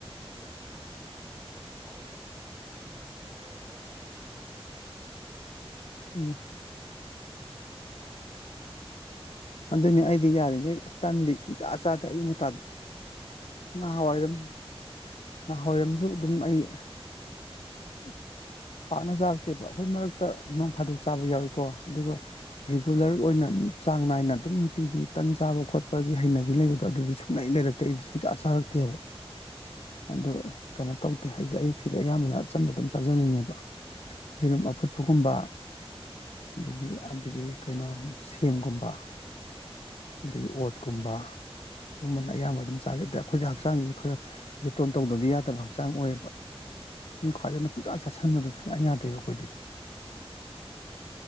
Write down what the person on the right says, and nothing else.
ꯑꯗꯨꯅ ꯑꯩꯈꯣꯏꯅ ꯑꯗꯨꯗꯤ ꯎꯗꯕꯤꯗ ꯁꯨꯝ ꯍꯥꯎꯋꯦ ꯄꯥꯆꯥ ꯆꯁꯤꯟꯕꯗꯣ ꯑꯗꯨꯅꯦꯕ ꯕꯦꯔꯥ ꯀꯥꯗꯣꯏ ꯁꯣꯛꯂꯛꯇꯣꯏꯁꯦ ꯅꯠꯇ꯭ꯔꯥ
<unintelligible>
ꯎꯝ
ꯎꯝ
ꯎꯝ ꯎꯝ
ꯎꯝ
ꯎꯝ
ꯎꯝ